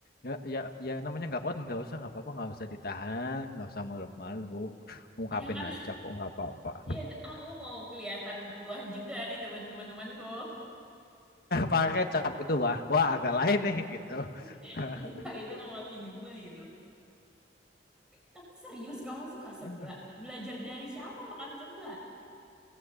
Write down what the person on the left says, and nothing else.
Ya ya ya namanya nggak kuat nggak usah nggak apa-apa nggak usah ditahan nggak usah malu-malu ungkapin
aja kok nggak apa-apa. <laughs>
Pakai cap itu wah wah agak lain nih gitu.
<laughs>
Ya nggak?